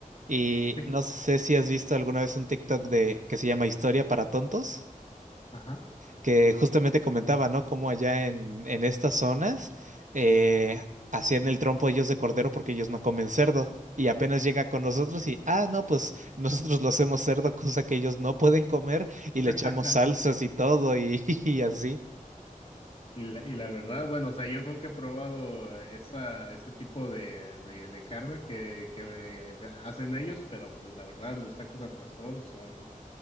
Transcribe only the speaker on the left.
Sí.
Ajá.
<laughs>
Y la, y la verdad, bueno, o sea, yo nunca he probado esa, ese tipo de, de, de carne que, que hacen ellos, pero pues la verdad, los tacos al pastor son,